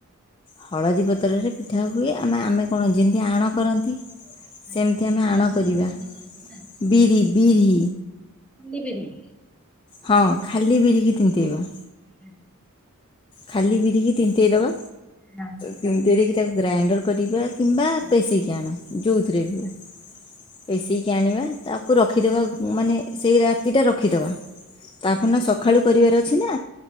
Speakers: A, on the left; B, in the centre.
A: ହଳଦୀ ପତ୍ରରେ ପିଠା ହୁଏ ଆମେ ଆମେ କଣ ଯେମିତି ଆଣ କରନ୍ତି। ସେମିତି
B: ଆଜ୍ଞା ବିରି
A: ଆମେ
B: ଚାଉଳ
A: ଆଣ କରିବା
B: ତିନ୍ତେଇ ଦିଅନ୍ତି ନା
A: ବିରି ବିରି
B: ଖାଲି ବିରି।
A: ହଁ ଖାଲି ବିରିକି ତିନ୍ତେଇବା।
B: ହୁଁ।
A: ଖାଲି ବିରିକି ତିନ୍ତେଇଦେବା
B: ହଁ।
A: ତିନତିରିକି ତାକୁ ଗ୍ରାଇଣ୍ଡର କରିବା କିମ୍ବା ପେଶେଇକି ଆଣ। ଯୋଉ ଥିରେ ଭି
B: ଆଜ୍ଞା।
A: ପେସେଇକି ଆଣିବା। ତାକୁ ରଖିଦେବା ମାନେ ସେଇ ରାତିଟା ରଖିଦେବା ତା ପରଦିନ ସ ସଖାଳୁ କରିବାର ଅଛି ନା